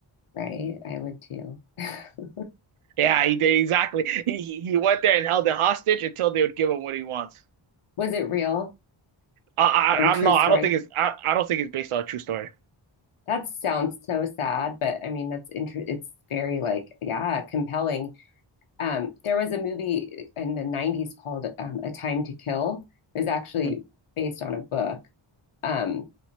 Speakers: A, on the left (about 85°); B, on the right (about 85°).
A: Right? I would too. <laughs>
B: Yeah, he did exactly. He he he went there and held it hostage until they would give him what he wants.
A: Was it real
B: I, I,
A: or a
B: I
A: true
B: don't know.
A: story?
B: I don't think it's. I, I don't think it's based on a true story.
A: That sounds so sad, but I mean that's inter it's very like yeah, compelling. Um there was a movie in the 90s called um, A Time to Kill. It was actually
B: hmm
A: based on a book. Um